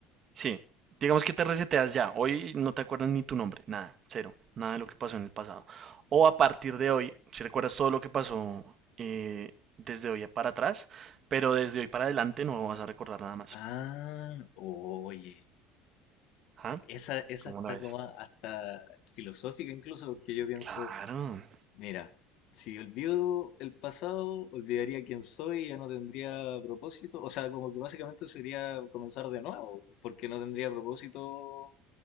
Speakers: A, on the right; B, on the left.
A: sí. Digamos que te reseteas ya. Hoy no te acuerdas ni tu nombre, nada, cero, nada de lo que pasó en el pasado. O a partir de hoy, si recuerdas todo lo que pasó eh, desde hoy para atrás, pero desde hoy para adelante no vas a recordar nada más.
B: Ah, oye,
A: ¿Ah?
B: esa, esa
A: ¿Cómo
B: está
A: lo ves?
B: como hasta filosófica incluso, porque yo pienso,
A: Claro,
B: Mira, si olvido el pasado, olvidaría quién soy y ya no tendría propósito. O sea, como que básicamente sería comenzar de nuevo, porque no tendría propósito